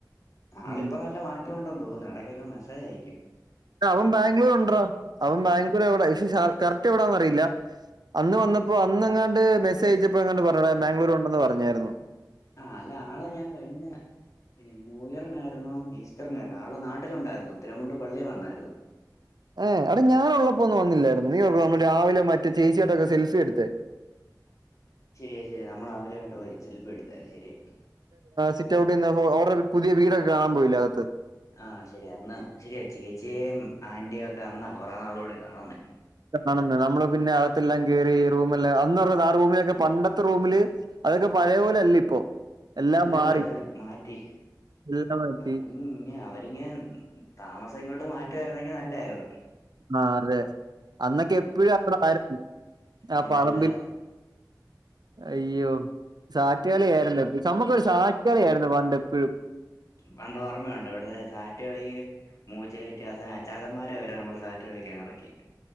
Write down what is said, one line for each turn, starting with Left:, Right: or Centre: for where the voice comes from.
Left: ആളിപ്പ
Right: ഉം.
Left: നല്ല മാറ്റംണ്ടെന്ന് തോന്നുന്നു ഇടക്കൊക്കെ മെസ്സേജ് അയക്കും
Right: അവൻ ബാംഗ്ലൂരുണ്ട്രോ അവൻ ബാംഗ്ലൂർ എവിടൊ പക്ഷ കറക്റ്റ് എവിടാന്നറിയില്ല അന്ന് വന്നപ്പോ അന്ന് എങ്ങാണ്ട് മസ്സേജ്യച്ചപ്പോ എങ്ങാണ്ട് പറഞ്ഞ് ബാംഗ്ലൂർ ഉണ്ടെന്ന് പറഞ്ഞായിരുന്നു
Left: ആ അല്ല ആളെ ഞാൻ കഴിഞ്ഞ ഇല്ല ന്യൂയറിനായിരുന്നു ഈസ്റ്ററിനായിരുന്നു ആൾ നാട്ടിലുണ്ടായിരുന്നു ഉത്തരണ്ട് പള്ളി വന്നായിരുന്നു
Right: ഏഹ് അട ഞാനുള്ളപ്പോ ഒന്ന് വന്നില്ലായിരുന്നു നീ ഓർക്കുന്നോ നമ്മൾ രാവിലെ മറ്റേച്ചിയേട്ടൊക്കെ സെൽഫി എടുത്ത
Left: ശരിയ ശരിയാ നമ്മള് അവരുമായിട്ട് പോയി സെൽഫി എടുത്താരുന്ന് ശരിയാ
Right: സിറ്റ് ഔട്ട് നിന്നപ്പോ അവർടെ പുതിയ വീടൊക്കെ കാണാൻ പോയില്ലെ അകത്ത്
Left: ആഹ് ശരി അന്ന് ശരിയാ ചേച്ചിയേം ആന്റിയേം ഒക്കെ അന്നാ കുറെ നാള് കൂടി കാണുന്നേ
Right: കാണുന്ന നമ്മള് പിന്നെ അകത്തെല്ലാം കേറി റൂമെല്ലാം അന്നറ ആ റൂമിലൊക്കെ പണ്ടത്തെ റൂമില് അതൊക്കെ പഴയ പോലല്ല ഇപ്പൊ എല്ലാം
Left: അല്ലല്ല
Right: മാറി
Left: അത് മാറ്റി
Right: എല്ലാം മാറ്റി
Left: അവൻ <unintelligible> ഇഞ്ഞ് താമസം ഇങ്ങോട്ട് മാറ്റുവാരുന്നെങ്കിൽ നല്ലാരുന്നു
Right: ആ അതെ അന്നൊക്കെ എപ്പഴും അവിടെ ആരുന്നു ആ
Left: പിന്നല്ലാ
Right: പറമ്പിൽ <unintelligible> അയ്യോ സാറ്റ്കളിയായിരുന്ന നമുക്കൊരു സാറ്റ്കളിയാരുന്നു പണ്ട് എപ്പോഴും
Left: പണ്ട് ഓർമ്മയുണ്ട് ഇവിട്ത്തെ സാറ്റ് കളി മൂച്ച കേറ്റി അവസാനം അച്ചാച്ചന്മാരെവരെ നമ്മള് സാറ്റ് കളിക്കാൻ ഇറക്കി